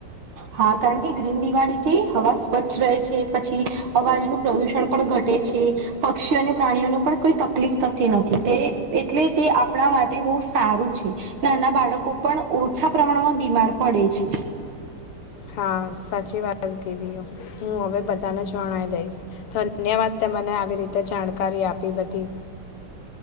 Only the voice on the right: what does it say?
હા કારણ કે ગ્રીન દિવાળી થી હવા સ્વચ્છ રહે છે પછી અવાજનું પ્રદુષણ પણ ઘટે છે. પક્ષીઓ અને પ્રાણીઓને પણ કોઈ તકલીફ થતી નથી તે એટલે તે આપણા માટે બહુ સારું છે. નાના બાળકો પણ ઓછા પ્રમાણમાં બીમાર પડે છે.